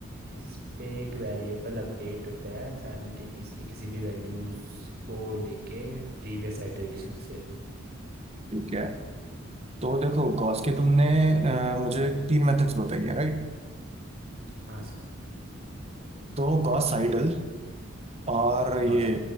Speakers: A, on the right; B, on the right.
A: इस पे एक वेरिएबल अपडेट होता है साइमल्टेनियसली किसी भी वैल्यूज को लेके प्रीवियस आइटरेशन से
B: ठीक है तो देखो गॉस के तुमने अ, मुझे तीन मेथड्स बताई है राइट
A: हाँ सर
B: तो गॉस साइडल और
A: हाँ
B: ये
A: सर